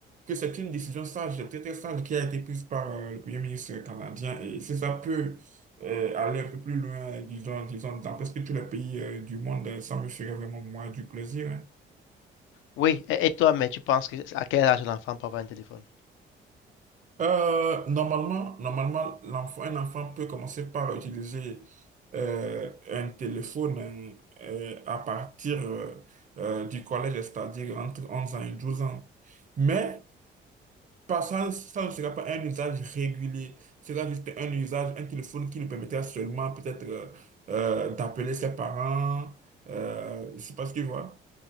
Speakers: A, on the right; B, on the left.
A: que c'est une décision sage, très, très sage, qui a été prise par euh, le Premier ministre canadien. Et si ça peut euh, aller un peu plus loin, disons, disons, dans presque tous les pays euh, du monde, euh, ça me ferait vraiment, moi, du plaisir. hein.
B: Oui, et et toi, mais tu penses que à quel âge l'enfant peut avoir un téléphone?
A: Euh, normalement, normalement, l'enfant, un enfant peut commencer par utiliser euh, un téléphone euh, à partir euh, euh, du collège, c'est-à-dire entre 11 ans et 12 ans. Mais pas, ça, ça ne sera pas un usage régulier, ce sera juste un usage, un téléphone qui lui permettra seulement peut-être euh, euh, d'appeler ses parents, euh, je ne sais pas ce qu'il voit